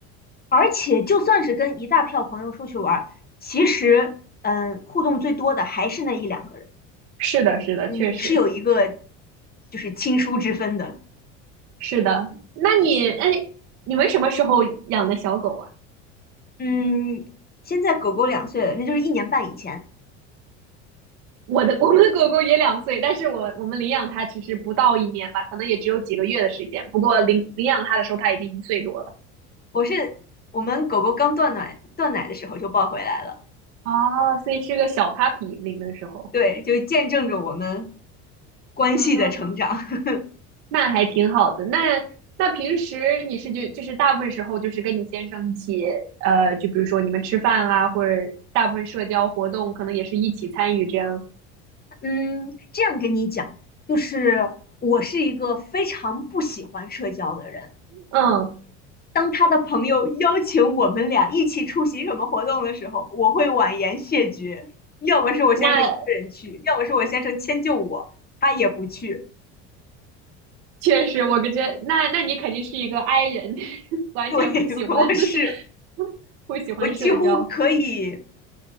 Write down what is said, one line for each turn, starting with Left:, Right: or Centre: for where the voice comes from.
Left: 而且就算是跟一大票朋友出去玩其实嗯，互动最多的还是那一两个人，
Right: 是的，是的，
Left: 嗯，
Right: 确实
Left: 是有一个就是亲疏之分的。
Right: 是的。那你，哎，你们什么时候养的小狗啊？
Left: 嗯，现在狗狗两岁了，那就是一年半以前，
Right: 我的，我们的狗狗也两岁，但是我我们领养它其实不到一年吧，可能也只有几个月的时间。不过领领养它的时候，它已经一岁多了。
Left: 我是我们狗狗刚断奶断奶的时候就抱回来了。
Right: 哦，所以是个小 puppy 领的时候。
Left: 对，就见证着我们关系的成长。
Right: 嗯，
Left: <laughs>
Right: 那还挺好的。那那平时你是就就是大部分时候就是跟你先生一起，呃，就比如说你们吃饭啊，或者大部分社交活动可能也是一起参与这样。
Left: 嗯，这样跟你讲，就是我是一个非常不喜欢社交的人。
Right: 嗯，
Left: 当他的朋友邀请我们俩一起出席什么活动的时候，我会婉言谢绝。要么是我先生一个人去，
Right: 那
Left: 要么是我先生迁就我，他也不去。
Right: 确实，我感觉那那你肯定是一个 I 人，<laughs> 完全不喜欢
Left: 对，<laughs> 我是，
Right: <laughs> 不喜欢社交。
Left: 我几乎可以，